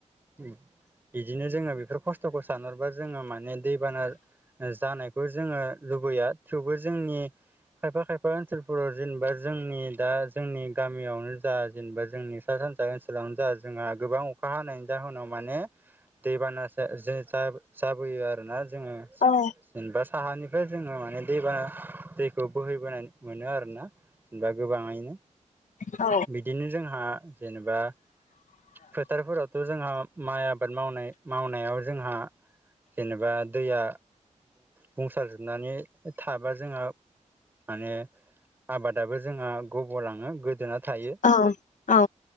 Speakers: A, on the right; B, on the left.
A: बिदिनो जोङो बेफोर खस्थ'खौ सानहरबा जोङो माने दैबाना जानायखौ जोङो लुबैया थेवबो जोंनि खायफा खायफा ओनसोलफोराव जेनेबा जोंनि दा जोंनि गामियावनो दा जेनेबा जोंनि सा सानजा ओनसोलावनो जोंहा गोबां अखा हानायनि जाहोनाव माने दैबाना जा जाबोयो आरोना जोङो
B: औ
A: जेनेबा साहानि ओमफ्राय जोङो माने दैबाना दैखौ बोहैबोनाय मोनो आरोना जेनेबा गोबाङैनो
B: औ
A: बिदिनो जोंहा जेनेबा फोथारफोरावथ' जोंहा माइ आबाद मावनाय मावनायाव जोंहा जेनेबा दैया बुंसार जोबनानै थाबा जोंहा माने आबादाबो जोंहा गब'लाङो गोदोना थायो
B: औ औ